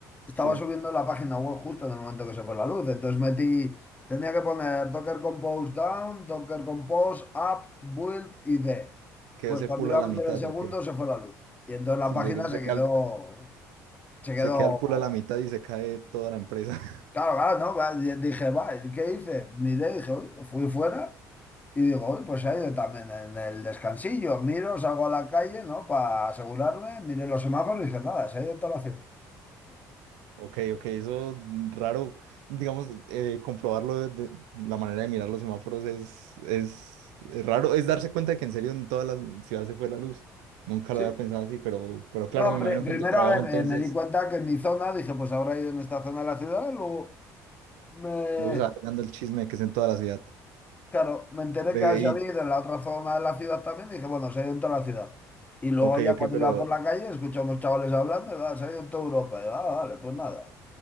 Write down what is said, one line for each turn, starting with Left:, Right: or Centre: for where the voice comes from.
Left: estaba
Right: Sí.
Left: subiendo la página web justo en el momento que se fue la luz, entonces metí, tenía que poner Docker Compose down, Docker Compose up, build y d.
Right: Quedó
Left: Pues
Right: ese
Left: cuando
Right: pool
Left: iba
Right: a la
Left: a meter
Right: mitad,
Left: el segundo
Right: ok.
Left: se fue la luz y entonces la
Right: Sí,
Left: página
Right: se,
Left: se
Right: se queda
Left: quedó,
Right: el,
Left: se quedó,
Right: se queda el pool a la mitad y se cae toda la empresa. <laughs>
Left: claro, claro, ¿no? Va, y Dije, va, ¿qué hice? Miré, dije, uy, fui fuera. Y digo, "Uy, pues se ha ido también en el descansillo. Miro, salgo a la calle, ¿no? Para asegurarme, miré los semáforos y dije, nada, se ha ido en toda la ciudad.
Right: Ok, ok, eso mm, raro, digamos, eh, comprobarlo de, de- la manera de mirar los semáforos es, es, es raro, es darse cuenta de que en serio en toda la ciudad se fue la luz. Nunca
Left: Sí.
Right: lo había pensado así, pero, pero claro,
Left: No,
Right: me imagino
Left: pri-
Right: que
Left: primero,
Right: en tu trabajo
Left: a ver,
Right: entonces
Left: eh, me di cuenta que en mi zona, dije, pues habrá ido en esta zona de la ciudad. Luego me,
Right: luego se va regando el chisme de que es en toda la ciudad.
Left: claro, me enteré
Right: Ve
Left: que se había
Right: y,
Left: ido en la otra zona de la ciudad también. Dije, bueno, se ha ido en toda la ciudad. Y luego
Right: ok,
Left: ya
Right: ok,
Left: cuando
Right: pero
Left: iba por la calle, escuché a unos chavales hablando, y, "Ah, se ha ido en toda Europa. Y, ah, vale, pues nada.